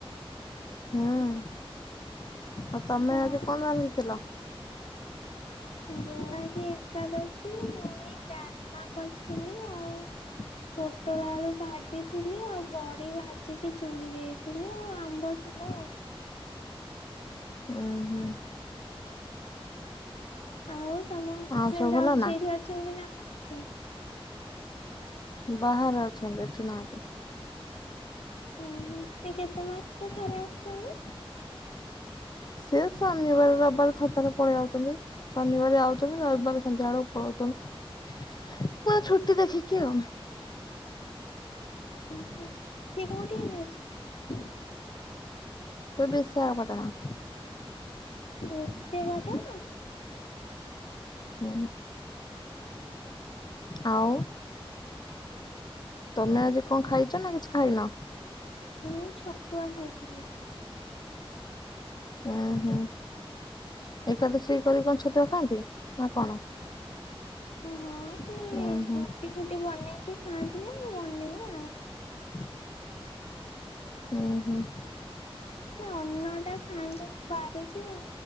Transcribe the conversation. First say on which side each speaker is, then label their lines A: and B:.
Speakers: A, on the left; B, on the left.
A: ହୁଁ ଆଉ ତମେ
B: ହଁ
A: ଆଜି କଣ ରାନ୍ଧିଥିଲ?
B: ମୁଁ ଆଜି ଏକାଦଶୀ ମୁଁ ଏଇ ଡାଲମା କରିଥିଲି ଆଉ ପୋଟଳ ଆଳୁ ଭାଜିଥିଲି ଆଉ, ବଡି ଭାଜିକି ଚୁରି ଦେଇ ଥିଲି, ଆଉ ଆମ୍ବ ଥିଲା ଆଉ।
A: ଉଁ - ହୁଁ।
B: ଆଉ ତମ ହଜବେଣ୍ଡ
A: ଆଉ ସବୁ ଭଲ
B: ଅଛି,
A: ନା
B: ଏଇଠି ଅଛନ୍ତି ନା ବାହାରକୁ
A: ବାହାରେ ଅଛନ୍ତି ଏଠି ନାହାଁନ୍ତି।
B: ଓ ହୋ ସେ କେତେ ମାସରେ ଥରେ ଆସୁଛନ୍ତି?
A: ସେ ଶନିବାର ରବିବାର ଥରେ ଥରେ ପଳେଇ ଆଉଛନ୍ତି, ଶନିବାର ଆଉଛନ୍ତି ରବିବାର ସନ୍ଧ୍ୟାବେଳକୁ ପଳଉଛନ୍ତି, <unintelligible> ଛୁଟି ଦେଖିକି ଆଉ।
B: ଓ ହୋ ସେ କୋଉଠି ଏଇନେ ଅଛନ୍ତି?
A: ସେ ବିଶାଖାପଟଣା।
B: ଏତେ ବାଟ?
A: ହଁ ଆଉ ତମେ ଆଜି କଣ ଖାଇଛ ନା କିଛି ଖାଇନ?
B: ମୁଁ ଏଇ ଛତୁଆ ଖାଇଥିଲି।
A: ଉୁଁ ହୁଁ ଏକାଦଶଇ କରିକି କଣ ଛତୁଆ ଖାଆନ୍ତି ନା କଣ
B: ହଁ ସେ
A: ଉୁଁ ହୁଁ
B: ରୁଟି ଫୁଟି ବନେଇକି ଖାଆନ୍ତି ଯେ ମୁ ବନେଇବି ଆଉ
A: ହୁଁ ହୁଁ ହୁଁ
B: ସେ ଅନ୍ନ ଟା ଖାଆନ୍ତି ବାହାରୁଛି ଆଉ